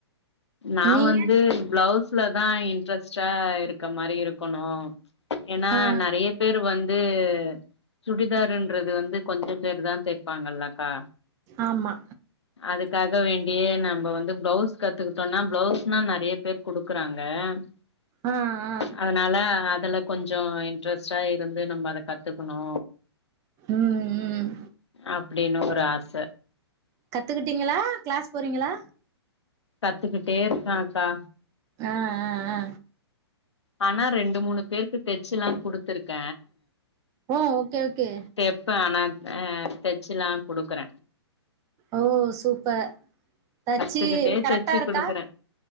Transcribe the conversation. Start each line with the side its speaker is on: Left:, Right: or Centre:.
Left: நா
Right: நீங்க
Left: வந்து பிளவுஸ்ல தா இன்ட்ரெஸ்டா இருக்க மாரி இருக்குணு ஏனா
Right: ஆ
Left: நறிய பேர் வந் து சுடிதாரின்றது வந்து கொஞ்ச பேரு தா தேய்ப்பாங்கல்லக்கா
Right: ஆமா
Left: அதுக்காக வேண்டியே நம்ம வந்து ப்ளவுஸ் கத் து கிட்டோனா ப்ளவ்ஸ் தா நெறைய பேர் குடுக்குறாங்க அ
Right: ஆ ஆ
Left: அதனால அதுல கொஞ்சோ இன்ட்ரெஸ்டா இருந்து நம்ம அத கத்துக்குணு
Right: ம் ம்
Left: அப்டின்னு ஒரு ஆச
Right: கத்துக்கிட்டீங்களா க்ளஸ் போறீங்களா
Left: கத்துக்கிட்டே இருக்க அக்கா
Right: அ அ அ
Left: ஆனா ரெண்டு மூணு பேருக்கு தெச்சுல்லா குடுத்துருக்க
Right: ஓ ஓகே ஓகே
Left: தெப்பே நா அ தச்சுலா குடுக்குற
Right: ஓ சூப்பர் தச்சி
Left: கத்துக்கிட்டே
Right: கரெக்டா
Left: தெச்சு
Right: இருக்கா
Left: குடுக்குறே